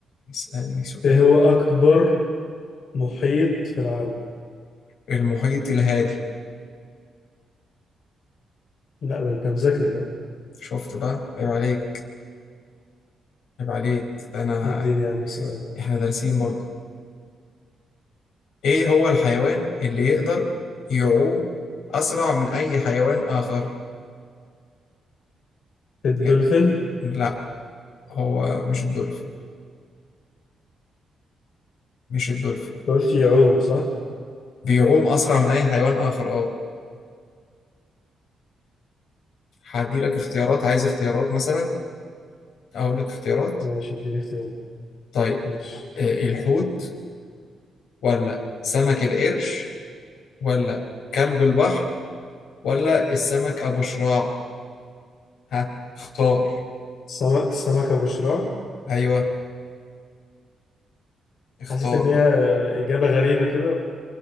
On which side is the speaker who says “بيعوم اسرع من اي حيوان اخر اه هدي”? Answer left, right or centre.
Left